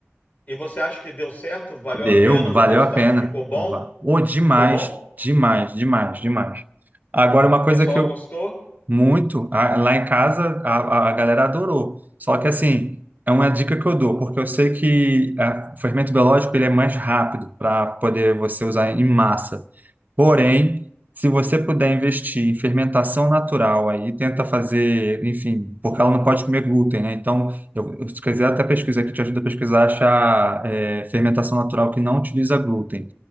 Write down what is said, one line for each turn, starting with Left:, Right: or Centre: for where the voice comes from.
Left: E você acha que deu certo? Valeu
Right: Deu,
Left: a pena?
Right: valeu
Left: O resultado
Right: a pena.
Left: ficou bom?
Right: Va- Ô, demais,
Left: Ficou bom?
Right: demais, demais, demais. Agora,
Left: O
Right: uma coisa
Left: pessoal
Right: que eu,
Left: gostou?
Right: Muito. A- Lá em casa, a, a a galera adorou. Só que, assim, é uma dica que eu dou, porque eu sei que ah, o fermento biológico ele é mais rápido para poder você usar em massa. Porém, se você puder investir em fermentação natural, aí tenta fazer, enfim, porque ela não pode comer glúten, né? Então, eu, eu, se quiser até pesquisa aqui, te ajuda a pesquisar, achar eh, fermentação natural que não utiliza glúten